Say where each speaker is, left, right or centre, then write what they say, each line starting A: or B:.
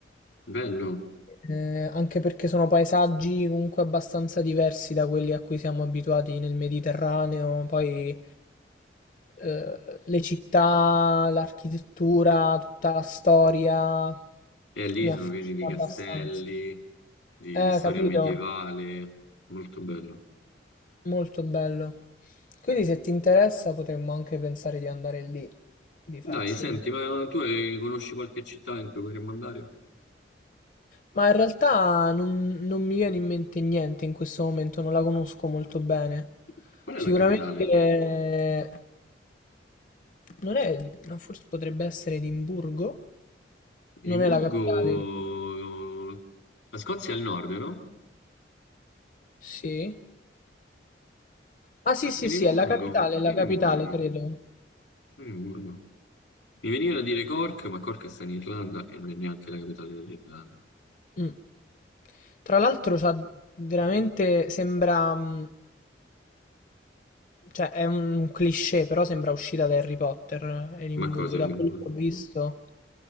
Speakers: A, on the left; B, on the left.
A: bello,
B: eh, anche perché sono paesaggi comunque abbastanza diversi da quelli a cui siamo abituati nel Mediterraneo, poi eh, le città, l'architettura, tutta la storia
A: e lì
B: mi
A: sono
B: affascina
A: pieni di castelli,
B: abbastanza.
A: di,
B: Eh,
A: di storia
B: capito?
A: medievale, molto bello.
B: Molto bello. Quindi se ti interessa potremmo anche pensare di andare lì, di farci
A: Dai, senti,
B: un...
A: ma tu hai- conosci qualche città in cui potremmo andare?
B: Ma in realtà non, non mi viene in mente niente in questo momento, non la conosco molto bene.
A: Qual è
B: Sicuramente
A: la capitale?
B: non è, no, forse potrebbe essere Edimburgo?
A: Edimburgo,
B: Non è la capitale.
A: la Scozia è al nord, no?
B: Sì. Ah sì sì
A: Edimburgo,
B: sì, è la capitale, è la
A: Edimburgo,
B: capitale credo.
A: Edimburgo. Mi veniva da dire Cork, ma Cork sta in Irlanda e non è neanche la capitale dell'Irlanda.
B: Mm. Tra l'altro, c'ha veramente sembra. mm, Cioè, è un cliché, però sembra uscita da Harry Potter, eh, Edimburgo,
A: Ma cosa
B: da
A: è Edimburgo?
B: quello che ho visto.